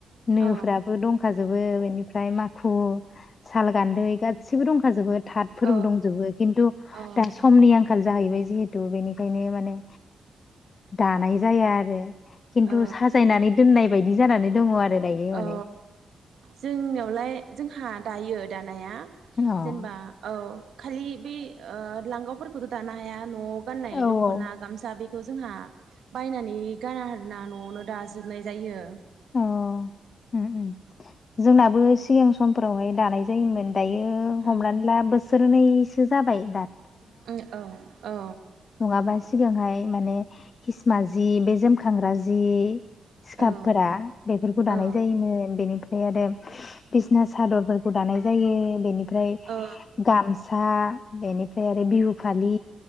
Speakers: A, on the left; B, on the right.
A: नोफ्राबो
B: औ
A: दंखाजोबो बेनिफ्राय माखु साल गान्दै गासिबो दंखाजोबो थाथ फोरबो
B: औ
A: दंजोबो खिन्थु
B: उम
A: दा समनि आंखाल आंखाल जाहैबाय जिहेथु बेनिखायनो माने दानाय जाया आरो। खिन्थु
B: औ
A: साजायनानै दोननाय बायदि जानानै दङ आरो। दायो
B: औ
A: माने
B: जोंनियावलाय जोंहा दायो दानाया।
A: अ औ
B: जेनेबा औ खालि बे ओ लांगावफोरखौथ' दानो हाया न'आव। गाननाय
A: औ
B: दख'ना गामसा बेखौ जोंहा बायनानै गाना हना न'आवनो दाजोबनाय जायो।
A: अ उम उम जोंनाबो सिगां समफोरावहाय दानाय जायोमोन। दायो हमनानै
B: ओं
A: ला बोसोरनैसो जाबाय दा
B: उम औ औ
A: नङाबा सिगांहाय माने खिसमा जि बे जोमखांग्रा जि सिखाब
B: औ
A: फोर बेफोरखौ दानाय
B: औ
A: जायोमोन बेनिफ्राय ओम आरो बिसिना सादरफोरखौ दानाय जायो बेनिफ्राय
B: औ
A: गाम सा बेनिफ्राय आरो बिहु फालि